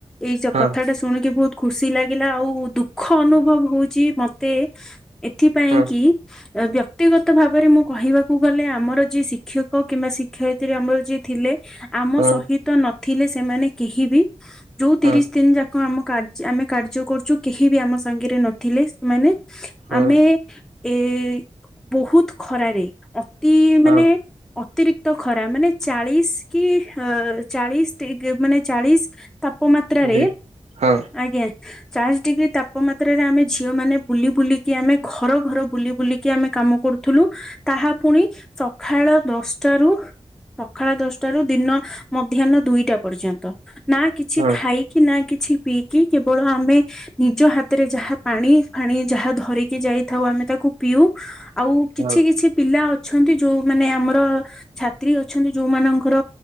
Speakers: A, in the centre; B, on the right (about 90°).
A: ଏଇ
B: ହଁ
A: କଥା ଟା ଶୁଣିକି ବହୁତ ଖୁସି ଲାଗିଲା ଆଉ ଦୁଃଖ ଅନୁଭବ ହଉଚି ମତେ ଏଥିପାଇଁ
B: ହଁ
A: କି ଏ ଦିୟ ବ୍ୟକ୍ତିଗତ ଭାବରେ ମୁଁ କହିବାକୁ ଗଲେ ଆମର ଯିଏ ଶିକ୍ଷକ କିମ୍ବା ଶିକ୍ଷୟିତ୍ରୀ ଆମର ଯିଏ ଥିଲେ। ଆମ
B: ହଁ
A: ସହିତ ନଥିଲେ ସେମାନେ କେହି ବି ଯୋଉ
B: ହଁ
A: ତିରିଶ ଦିନ ଯାକ ଆମ କା ଆମେ କାର୍ଯ୍ୟ କରୁଛୁ କେହି ବି ଆମ ସାଙ୍ଗରେ ନଥିଲେ ସେମାନେ
B: ହଁ
A: ଆମେ ଏ ବହୁତ ଖରାରେ ଅତି
B: ହଁ
A: ମାନେ ଅତିରିକ୍ତ ଖରା ମାନେ ଚାଳିଶ କି ଅ ଚାଳିଶ ମାନେ ଚାଳିଶ ତାପମାତ୍ରାରେ
B: ଦି ହଁ
A: ଆଜ୍ଞା। ଚାଳିଶ ଡିଗ୍ରୀ ତାପମାତ୍ରାରେ ଆମେ ଝିଅ ମାନେ ବୁଲି ବୁଲିକି ଆମେ ଘର ଘର ବୁଲି ବୁଲିକି ଆମେ କାମ କରୁଥିଲୁ ତାହା ପୁଣି ସକାଳ ଦଶଟାରୁ- ସକାଳ ଦଶଟାରୁ ଦିନ ମଧ୍ୟାହ୍ନ ଦୁଇଟା ପର୍ଯ୍ୟନ୍ତ ନା କିଛି
B: ହଁ
A: ଖାଇି କି ନା କିଛି ପିଇକି କେବଳ ଆମେ ନିଜ ହାତରେ ଯାହା ପାଣି ଫାଣି ଯାହା ଧରିକି ଯାଇଥାଉ ଆମେ ତାକୁ ପିଉ। ଆଉ କିଛି
B: ହଁ
A: କିଛି ପିଲା ଅ ଅଛନ୍ତି ଯୋଉ ମାନେ ଆମର ଛାତ୍ରୀ ଅଛନ୍ତି ଯୋଉମାନଙ୍କର